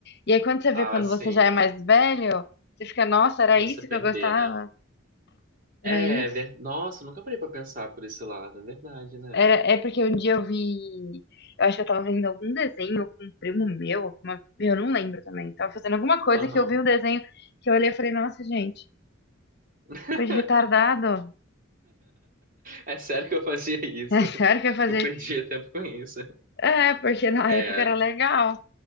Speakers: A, on the left; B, on the right.
A: E aí, quando você
B: Ah,
A: vê quando
B: sim.
A: você já é mais velho, você fica, nossa, era
B: Você
A: isso
B: perder,
A: que eu gostava.
B: né?
A: Era
B: É,
A: isso?
B: ver... Nossa, nunca parei pra pensar por esse lado. É verdade, né?
A: Era, é porque um dia eu vi. Eu acho que eu tava vendo algum desenho com um primo meu, ou com uma, eu não lembro também. Tava fazendo alguma coisa
B: Aham.
A: que eu vi um desenho que eu olhei e falei, nossa, gente,
B: <laughs>
A: coisa de retardado. <laughs>
B: É sério que eu fazia isso?
A: É
B: <laughs>
A: sério que eu ia fazer?
B: Que eu perdia tempo com isso.
A: É, porque na
B: É.
A: época era legal.